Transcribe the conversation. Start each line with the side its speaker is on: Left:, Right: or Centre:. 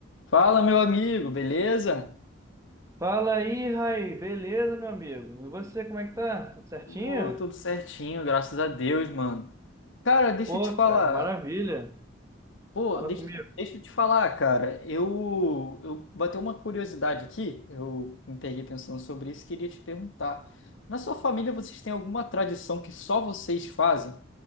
Left: Fala, meu amigo, beleza?
Right: Fala aí, Raí. Beleza, meu amigo? E você, como é que tá? Tudo certinho?
Left: Ô, tudo certinho, graças a Deus, mano. Cara, deixa
Right: Pô,
Left: eu te falar.
Right: cara, maravilha.
Left: Pô,
Right: Fala
Left: deixa,
Right: comigo.
Left: deixa eu te falar, cara. Eu, eu bateu uma curiosidade aqui. Eu me peguei pensando sobre isso e queria te perguntar. Na sua família, vocês têm alguma tradição que só vocês fazem?